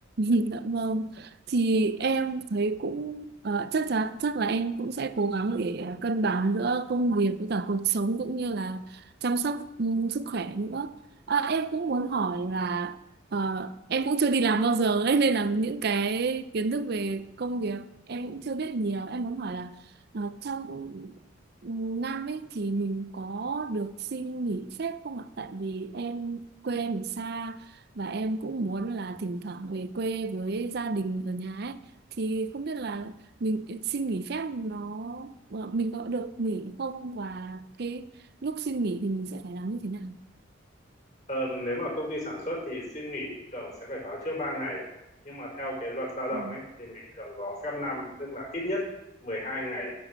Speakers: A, on the right (about 50°); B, on the left (about 40°).
A: <laughs> dạ vâng thì em thấy cũng ờ, chắc chắn chắc là em cũng sẽ cố gắng để cân bằng giữa công việc với cả cuộc sống cũng như là chăm sóc ừ, sức khỏe nữa à, em cũng muốn hỏi là ờ, em cũng chưa đi làm bao giờ ấy, nên là những cái kiến thức về công việc em cũng chưa biết nhiều em muốn hỏi là ờ, trong ừ, năm ấy thì mình có được xin nghỉ phép không ạ tại vì em quê em ở xa và em cũng muốn là thỉnh thoảng về quê với gia đình ở nhà ấy thì không biết là mình xin nghỉ phép nó ờ, mình có được nghỉ không và cái lúc xin nghỉ thì mình sẽ phải làm như thế nào
B: Ờ, nếu mà công ty sản xuất thì xin nghỉ thường sẽ phải báo trước 3 ngày. Nhưng mà theo cái luật lao động
A: Ừ.
B: ấy thì mình thường có phép năm tức là ít nhất 12 ngày